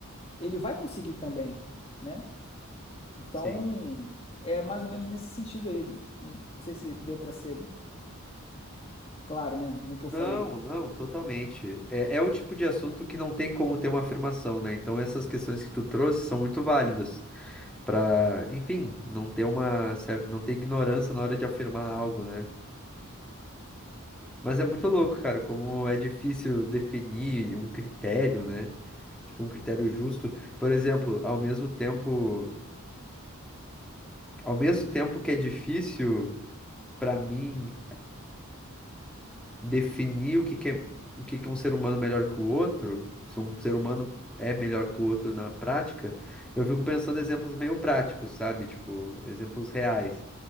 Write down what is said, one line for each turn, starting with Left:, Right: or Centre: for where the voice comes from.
Left: ele vai conseguir também, né? Então,
Centre: sim.
Left: é mais ou menos nesse sentido aí. Não sei se deu para ser claro, né? No que eu
Centre: Não,
Left: falei.
Centre: não, totalmente. É, é o tipo de assunto que não tem como ter uma afirmação, né? Então essas questões que tu trouxe são muito válidas para, enfim, não ter uma certa, não ter ignorância na hora de afirmar algo, né? Mas é muito louco, cara, como é difícil definir um critério, né? Tipo, um critério justo. Por exemplo, ao mesmo tempo, ao mesmo tempo que é difícil pra mim definir o que que é, o que que é um ser humano melhor que o outro, se um ser humano é melhor que o outro na prática, eu fico pensando em exemplos meio práticos, sabe? Tipo, exemplos reais.